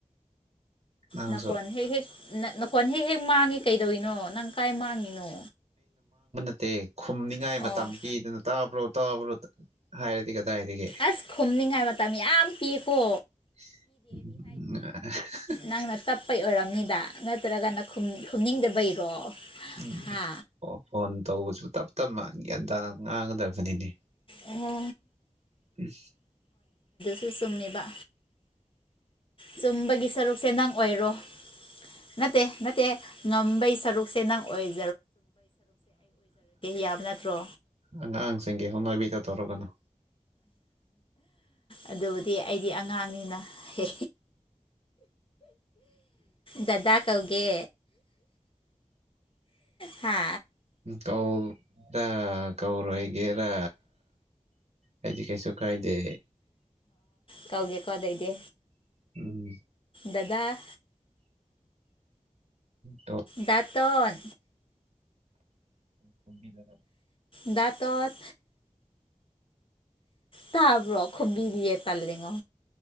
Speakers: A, on the right; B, on the left.
A: ꯅꯪꯁꯨ
B: ꯅꯀꯣꯟ ꯍꯦꯛ ꯍꯦꯛ ꯅꯀꯣꯟ ꯍꯦꯛ ꯍꯦꯛ ꯃꯥꯡꯉꯤ ꯀꯩꯗꯧꯔꯤꯅꯣ ꯅꯪ ꯀꯥꯏ ꯃꯥꯡꯉꯤꯅꯣ
A: ꯑꯦ ꯈꯨꯝꯅꯤꯡꯉꯥꯏ
B: ꯑꯣ
A: ꯃꯇꯝ ꯄꯤꯗꯅ ꯇꯥꯕ꯭ꯔꯣ ꯇꯥꯕ꯭ꯔꯣ ꯍꯥꯏꯔꯗꯤ ꯀꯗꯥꯏꯗꯒꯤ
B: ꯑꯁ ꯈꯨꯝꯅꯤꯡꯉꯥꯏ ꯃꯇꯝꯃꯤ ꯌꯥꯝ ꯄꯤꯌꯦꯀꯣ
A: <unintelligible> <inaudible>
B: ꯅꯪꯅ ꯇꯞꯄꯩ ꯑꯣꯏꯔꯝꯅꯤꯗ ꯅꯠꯇ꯭ꯔꯒꯅ ꯈꯨꯝꯅꯤꯡꯗꯕꯩꯔꯣ
A: ꯎꯝ
B: ꯍꯥ
A: ꯑꯣ ꯐꯣꯟ ꯇꯧꯕꯁꯨ ꯇꯞ ꯇꯞꯅ ꯒ꯭ꯌꯥꯟ ꯇꯥꯅ ꯉꯥꯡꯒꯗꯕꯅꯤꯅꯦ
B: ꯑꯣ
A: ꯎꯝ
B: ꯁꯨ ꯆꯨꯝꯃꯤꯕ ꯆꯨꯝꯕꯒꯤ ꯁꯔꯨꯛꯁꯦ ꯅꯪ ꯑꯣꯏꯔꯣ ꯅꯠꯇꯦ ꯅꯠꯇꯦ ꯉꯝꯕꯩ ꯁꯔꯨꯛꯁꯦ ꯅꯪ ꯑꯣꯏ ꯌꯥꯕ ꯅꯠꯇ꯭ꯔꯣ
A: ꯑꯉꯥꯡꯁꯤꯡꯒꯤꯦ ꯍꯅꯕꯤ ꯇꯧꯔꯒꯅꯣ
B: ꯑꯗꯨꯕꯨꯗꯤ ꯑꯩꯗꯤ ꯑꯉꯥꯡꯅꯤꯅ ꯍ ꯗꯗꯥꯛ ꯇꯧꯒꯦ ꯍꯥ
A: ꯀꯧꯗ ꯀꯧꯔꯣꯏꯒꯦꯔꯥ ꯑꯩꯗꯤ ꯀꯩꯁꯨ ꯀꯥꯏꯗꯦ
B: ꯇꯧꯒꯦꯀꯣ ꯑꯗꯩꯗꯤ
A: ꯎꯝ
B: ꯗꯗꯥ
A: ꯇꯧ
B: ꯗꯇꯣꯟ
A: ꯐꯕꯤꯒꯥ
B: ꯗꯇ ꯇꯕꯣ ꯈꯕꯤꯕꯤ ꯌꯦ ꯇ ꯂꯉꯣ